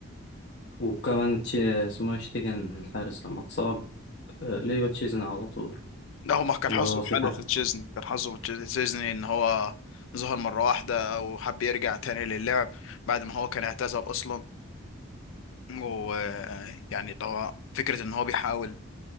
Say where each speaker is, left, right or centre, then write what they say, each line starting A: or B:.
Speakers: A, on the left (about 55°); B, on the left (about 75°).
A: وكمان تشي اسمه إيه، شتيجن الحارس لما اتصاب أه ليو تشيزني على طول
B: لا هو ما كان
A: اللي
B: حظه
A: هو في
B: حلو
A: حاجة
B: في تشيزني كان حظه في تشيز- تشيزني ان هو ظهر مرة واحدة وحب يرجع تاني للعب بعد ما هو كان اعتزل اصلا ويعني اللي هو فكرة ان هو بيحاول